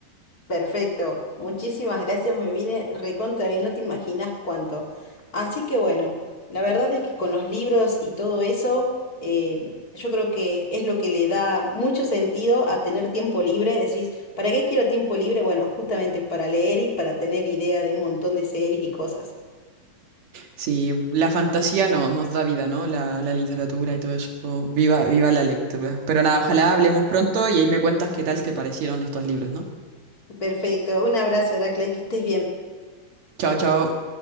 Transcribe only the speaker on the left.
Perfecto, muchísimas gracias, me viene recontra bien, no te imaginas cuánto. Así que bueno, la verdad es que con los libros y todo eso, eh, yo creo que es lo que le da mucho sentido a tener tiempo libre. Decís, ¿para qué quiero tiempo libre? Bueno, justamente para leer y para tener idea de un montón de series y cosas.
Perfecto. Un abrazo, Heracles, que estés bien.